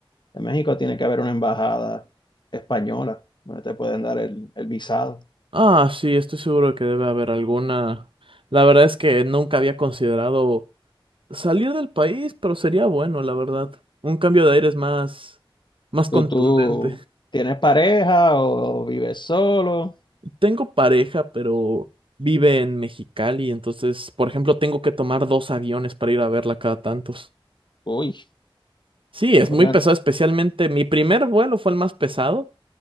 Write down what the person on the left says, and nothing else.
en México tiene que haber una embajada española donde te pueden dar el, el visado.
¿Tú, tú tienes pareja o, vives solo?
Uy,
pongan,